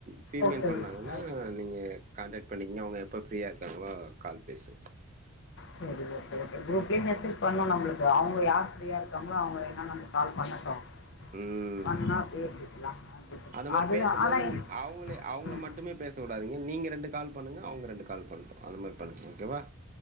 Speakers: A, on the right (about 35°); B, on the left (about 55°).
A: ஃபீமெயில்
B: ஓகே ஓகே
A: பண்ணாங்கன்னா
B: ஓகே
A: நீங்க கான்டெக்ட் பண்ணிங்கன்னா அவங்க எப்போ ஃப்ரீயா இருக்காங்களோ கால் பேசு
B: செரி ஓகே ஓகே குரூப்லே மெசேஜ் பண்ணோ நம்மளுக்கு அவங்க யார் ஃப்ரீயா இருக்காங்களோ அவங்க வேன்னா நம கால் பண்ணட்டும்
A: உம்
B: பண்ணா பேசிக்கலாம் அப்படின்னு சொல்லி
A: அந்த மாரி
B: அதுதான்
A: பேசும்போது
B: ஆனால்
A: அவுங்களே அவங்கள
B: ம்
A: மட்டுமே பேச விடாதீங்க நீங்க ரெண்டு கால் பண்ணுங்க அவங்க ரெண்டு கால் பண்ணட்டும் அந்த மாரி பண்ண ஓகேவா